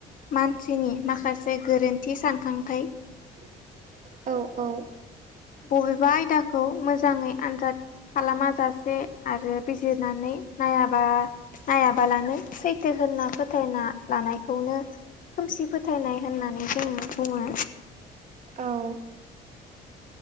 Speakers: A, on the left; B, on the right.
A: मानसिनि माखासे गोरोन्थि सानखांथाय
B: <unintelligible> औ औ
A: बबेबा आयदाखौ मोजाङै आनजाद खालाम जासे आरो बिजिरनानै नायाबा नायाबालानो सैथो दोनना फोथायना लानायखौनो खोमसि फोथायनाय होननानै जोङो बुङो
B: औ